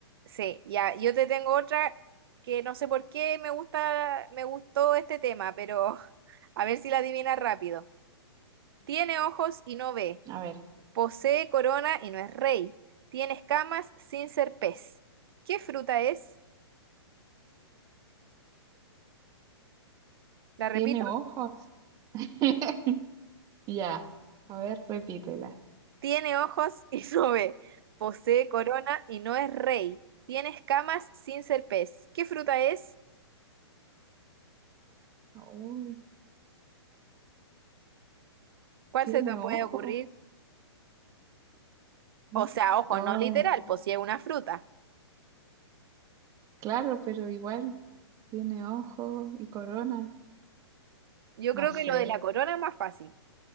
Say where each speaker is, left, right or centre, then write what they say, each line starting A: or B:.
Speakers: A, on the right (about 60°); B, on the right (about 25°).
A: Sí, ya, yo te tengo otra que no sé por qué me gusta, me gustó este tema, pero <laughs> a ver si la adivinas rápido. Tiene ojos y no ve,
B: A ver,
A: posee corona y no es rey, tiene escamas sin ser pez. ¿Qué fruta es? La repito.
B: ¿tiene ojos? <laughs> Ya, a ver, repítela.
A: Tiene ojos y <laughs> no ve. Posee corona y no es rey. Tiene escamas sin ser pez. ¿Qué fruta es?
B: Uy,
A: ¿Cuál
B: ¿tiene
A: se te
B: ojos?
A: puede ocurrir? O
B: Mm.
A: sea, ojo,
B: Oh,
A: no literal, posee una fruta.
B: claro, pero igual tiene ojos y corona.
A: Yo creo
B: No
A: que
B: sé.
A: lo de la corona es más fácil.